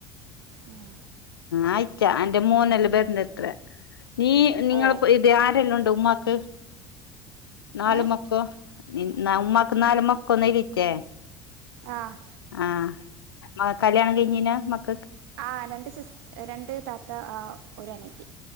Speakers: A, on the right; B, on the left.
A: ഉം
B: ആയിറ്റാ അൻന്റെ മോനല്ല ബരണത്ര നീ നിങ്ങളപ്പോ
A: ഓ
B: ഇത് ആരെല്ലാം ഉണ്ട് ഉമ്മാക്ക്? നാല്
A: ഏ
B: മക്കോ നീ ഉമ്മക്ക് നാല് മക്കൊ ഒന്ന് ഇടത്തെ
A: ആഹ്
B: ആഹ് മ കല്യാണം കഴിഞ്ഞിനോ മക്കക്ക്
A: ആ രണ്ട് സിസ് രണ്ട് താത്ത ആ ഒരു അനിയത്തി